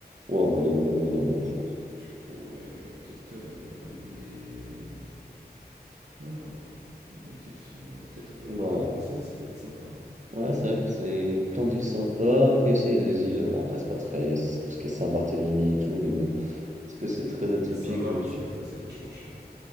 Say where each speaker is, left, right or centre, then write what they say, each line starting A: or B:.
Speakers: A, on the right (about 45°); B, on the right (about 80°).
A: on peut aller où on veut dans le monde, je pense.
B: Tu pourrais, heu, peut-être, heu, l'emmener, hem, hein, c'est une bonne question, heu, peut-être en Polynésie
A: Bah
B: française, ça peut être sympa.
A: Ouais, c'est vrai que c'est plein d'îles sympas. Après aussi, il y a des îles, bon après c'est pas très, c'est tout ce qui est Saint-Barthélemy et tout, mais bon, est-ce que c'est très atypique,
B: Saint-Barth,
A: je ne suis.
B: ouais, ça, c'est vachement cher, hein.